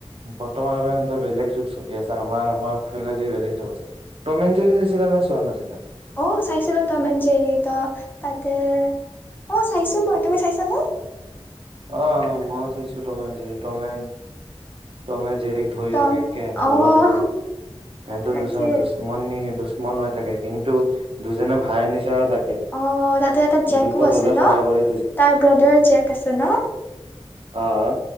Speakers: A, on the right; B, on the left.
A: বৰ্তমান সিহঁতৰ বেলেগ যুগ চলি আছে আমাৰ আমাৰ ফালেদি বেলেগ যুগ আছে টম এণ্ড জেৰি চাইছিলা নে চোৱা নাছিলা
B: অ চাইছিলো তমেনান যেৰি ত তাতে অ চাইছো মই তুমি চাইছো নে
A: অ মই চাইছো টমেজেৰিটমে টমে জেৰিক ধৰি
B: টম
A: থাকে ধৰব
B: অ'
A: খোজে সেতে
B: তাকে।
A: দুজন দুচমানি মন হৈ থাকে কিন্তু দুজনে ভাইৰ নিচিনা থাকে
B: অ তাতে এটা জেকো
A: বিপদ
B: আছে
A: হলে
B: ন
A: সহায় কৰে
B: তাৰ ব্ৰডাৰ জেক আছে ন
A: অহ